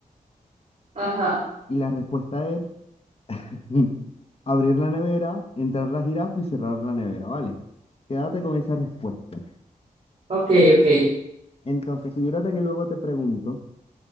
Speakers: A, on the right (about 50°); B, on the left (about 40°).
A: Ajá.
B: Y la respuesta es <laughs> abrir la nevera, entrar la jirafa y cerrar la nevera, ¿vale? Quédate con esa respuesta.
A: Ok, ok.
B: Entonces, figúrate que luego te pregunto,